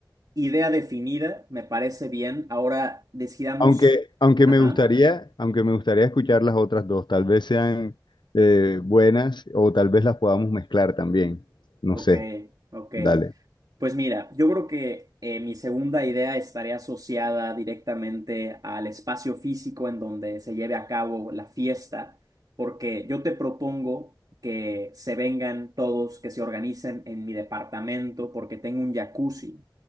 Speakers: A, on the right; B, on the left.
A: idea definida, me parece bien. Ahora decidamos,
B: Aunque, aunque
A: ajá,
B: me gustaría, aunque me gustaría escuchar las otras dos, tal vez sean eh, buenas o tal vez las podamos mezclar también. No
A: ok,
B: sé,
A: ok.
B: dale.
A: Pues mira, yo creo que eh, mi segunda idea estaría asociada directamente al espacio físico en donde se lleve a cabo la fiesta, porque yo te propongo que se vengan todos, que se organicen en mi departamento, porque tengo un jacuzzi.